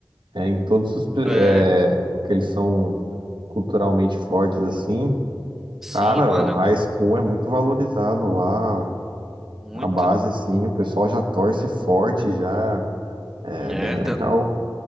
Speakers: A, on the right (about 85°); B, in the centre.
A: é, em todos os pe-
B: É,
A: é, que eles são culturalmente fortes, assim.
B: sim,
A: Cara,
B: mano,
A: o high
B: é
A: school é muito valorizado lá.
B: muito.
A: A base, sim, o pessoal já torce forte, já. É
B: É,
A: bem legal.
B: tan-